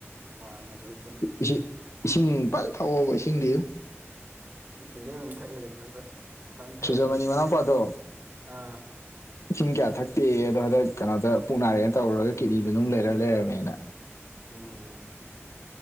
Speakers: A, on the right; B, on the left.
A: ꯑ ꯑꯗꯨ ꯆꯨꯝꯝ
B: ꯏꯁꯤꯡ ꯏꯁꯤꯡ ꯐꯖ ꯊꯛꯎꯕ ꯏꯁꯤꯡꯗꯤ꯫
A: ꯏꯁꯤꯡꯗꯤ ꯑꯗꯨꯝ ꯊꯛꯑꯦꯗ ꯈ꯭ꯔ ꯈ꯭ꯔ ꯊꯛꯑꯦꯗ
B: ꯁꯨꯖꯃꯅꯤ ꯃꯅꯥꯎꯄꯥꯗꯣ
A: ꯍꯅꯗ ꯑꯥ
B: ꯏꯁꯤꯡ ꯀꯌꯥ ꯊꯛꯇꯦ ꯑꯗꯣ ꯍꯔꯦꯟ ꯀꯅꯗ ꯄꯨꯛ ꯅꯥꯔꯦꯅ ꯇꯧꯔꯨꯔꯒ ꯀꯤꯠꯅꯤꯗ ꯅꯨꯡ ꯂꯩꯔ ꯂꯩꯔꯝꯃꯦꯅ
A: ꯎꯝ